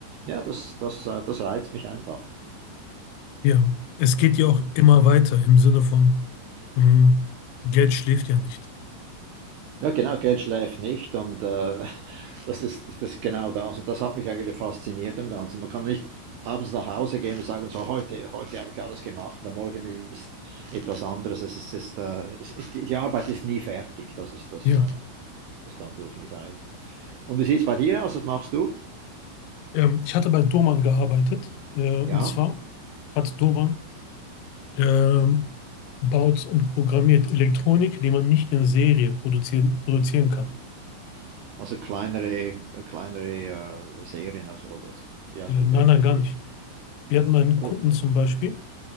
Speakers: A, on the right; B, on the left.
A: ja, das, das, äh, das reizt mich einfach.
B: Ja. Es geht ja auch immer weiter im Sinne von, mhm, Geld schläft ja nicht.
A: Ja, genau, Geld schläft nicht und äh, <laughs> das ist, das ist genau das. Und das hat mich eigentlich fasziniert am Ganzen. Man kann nicht abends nach Hause gehen und sagen, so heute, heute habe ich alles gemacht und am Morgen ist etwas anderes. Es ist, es ist, äh, es ist, die die Arbeit ist nie fertig. Das ist das,
B: Ja.
A: äh, das Ganze, das mich reizt. Und wie sieht es bei dir aus? Was machst du?
B: Ähm, ich hatte bei Doman gearbeitet äh, und
A: Ja,
B: zwar hat Doman ähm, baut und programmiert Elektronik, die man nicht in Serie produzieren, produzieren kann.
A: also kleinere, äh, kleinere äh, Serien. Also, also, ja,
B: Äh,
A: okay.
B: nein, nein, gar nicht. Wir hatten einen
A: Oh,
B: Kunden zum Beispiel.